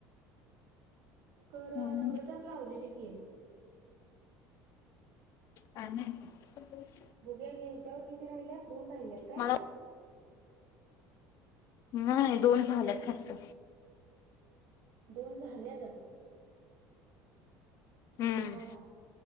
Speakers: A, on the right; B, on the left.
A: कर
B: हम्म.
A: नम्रतानं लावलेली कि
B: कायं माहित.
A: भुग्या गे ह्याच्यावर किती राहिल्यात दोन राहिल्यात काय
B: मला नाही दोन झाल्यात खत
A: दोन झालेत
B: हम्म.
A: हा हा